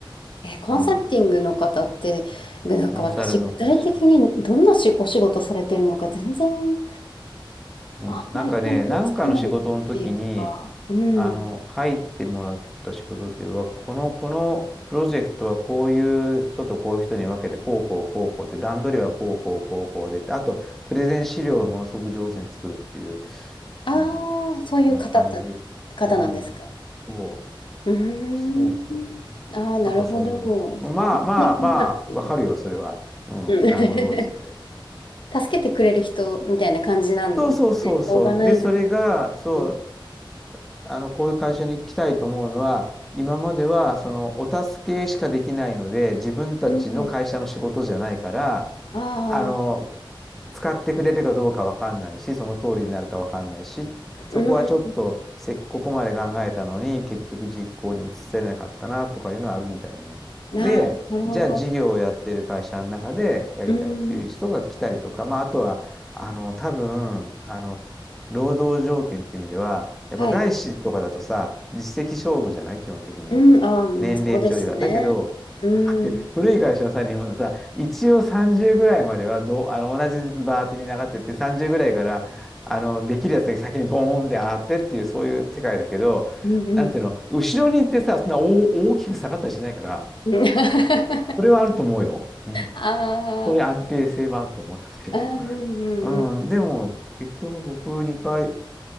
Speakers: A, on the left; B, in the centre.
A: えー、コンサルティングの方って、
B: うん。
A: ぐなんか私、
B: コンサルの会社。
A: 具体的にどんなしお仕事されてるのか全然
B: うん、
A: あんまり見当つかないっていうか、
B: なんかね、なんかの仕事の時に、
A: うん。
B: あの、入ってもらった仕事では、この、このプロジェクトはこういう人とこういう人に分けて、こうこうこうこうって、段取りはこうこうこうこうで、あと、プレゼン資料をものすごく上手に作るっていう、
A: ああ、
B: うん、
A: そういう方た、
B: こんな感じ。
A: 方なんですか
B: うん。そ
A: うーん。
B: う、そうそうそう。
A: ああ、なるほど。
B: なんかそんなの。まあまあまあ、
A: あ、本当に気になること
B: わかるよ、それは。うん、
A: うん
B: なるほど、
A: <laughs>
B: つって。うん
A: 助けてくれる人みたいな感じなんですね。
B: そうそうそうそう。
A: オーガナイザーしてくれる人。
B: で、それが、そう、あの、こういう会社に来たいと思うのは、今までは、その、お助けしかできないので、自分たちの会社の仕事じゃないから、
A: うん。うんああ、
B: あの、使ってくれるかどうかわかんないし、その通りになるかわかんないし、そこはちょっとせここまで考えたのに、
A: うん。
B: 結局実行に移せなかったなとかいうのはあるみたいね。
A: なる、
B: で、
A: なるほど。
B: じゃあ事業をやってる会社の中でやりたいっていう人が来たりとか、
A: うん。
B: まあ、あとは、あの、多分、あの、労働条件っていう意味では、やっぱ外資とかだとさ、
A: はい。
B: 実績勝負じゃない基本的に。
A: うん。ああ、うんそうですね。
B: 年齢値よりは。だけど、<laughs>
A: うん。
B: 古い会社はさ、日本のさ、一応30ぐらいまではどう、あの、同じずつバーってみんな上がってって、30ぐらいから、あの、できるやつだけ先にボーンって上がってっていう、そういう世界だけど、
A: うんうん。
B: なんていうの、後ろに行ってさ、そんな大、大きく下がったりしないから、
A: うん <laughs>
B: それはあると思うよ。うん。
A: あ
B: そういう安定性はあると思いますよ。
A: あ、うんうんうん
B: うん。でも、結局僕2回、